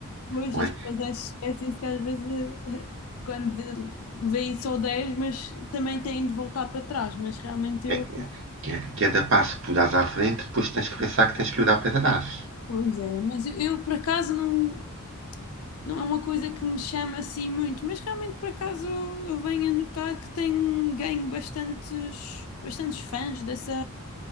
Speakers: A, on the left (about 75°); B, on the right (about 60°).
A: Pois,
B: Não
A: as
B: é?
A: pessoas esquecem-se que às vezes <laughs> eh, quando de- vêm só 10 mas também têm de voltar para trás, mas realmente eu.
B: É- é- que- Cada passo que tu dás à frente, depois tens que pensar que tens que olhar para trás.
A: Pois é, mas eu, eu, por acaso não. Não é uma coisa que me chama assim muito, mas realmente por acaso eu venho a notar que tenho ganho bastantes, bastantes fãs dessa,